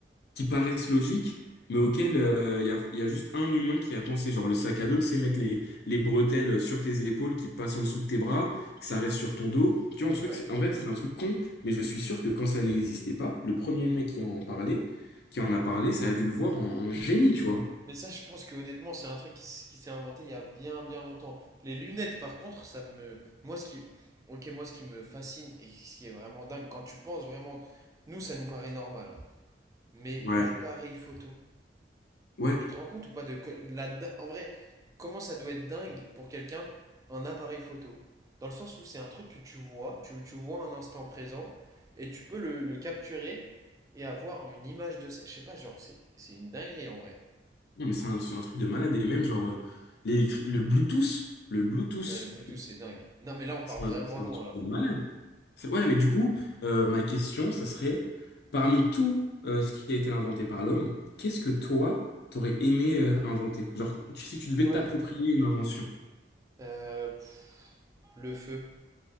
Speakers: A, on the left; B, on the right.
A: qui paraissent logiques, mais auxquelles euh, il y a, y a juste un humain qui a pensé. Genre, le sac à dos, c'est mettre les, les bretelles sur tes épaules qui passent en dessous de tes bras, que ça reste sur ton dos. Tu vois, un truc,
B: Ouais.
A: c'est- en vrai, c'est un truc con, mais je suis sûr que quand ça n'existait pas, le premier mec qui en parlait, qui en a parlé, ça a dû le voir en, en génie, tu vois.
B: Mais ça, je pense que honnêtement, c'est un truc qui, s- qui s'est inventé il y a bien, bien longtemps. Les lunettes, par contre, ça me, moi, ce qui, ok, moi, ce qui me fascine et ce qui est vraiment dingue, quand tu penses vraiment, nous, ça nous paraît normal. hein. Mais l'appareil
A: Ouais,
B: photo,
A: ouais.
B: tu te rends compte ou pas de, que- de la di- en vrai, comment ça doit être dingue pour quelqu'un un appareil photo? Dans le sens où c'est un truc que tu vois, tu, tu vois un instant présent et tu peux le, le capturer et avoir une image de ça. Je sais pas, genre c'est c'est une dinguerie en vrai.
A: Non, mais c'est un, c'est un truc de malade. Et même, genre, euh, l'électri- le Bluetooth, le Bluetooth,
B: Non, le Bluetooth c'est dingue. Non mais là on part
A: c'est
B: vraiment
A: un, c'est
B: loin
A: un truc
B: là.
A: de malade. C'est- Ouais, mais du coup, euh, ma question, ça serait, parmi tout euh, ce qui a été inventé par l'homme, qu'est-ce que toi, t'aurais aimé euh, inventer? Genre, tu- si tu devais
B: Ouais.
A: t'approprier une invention.
B: Euh, pff, le feu.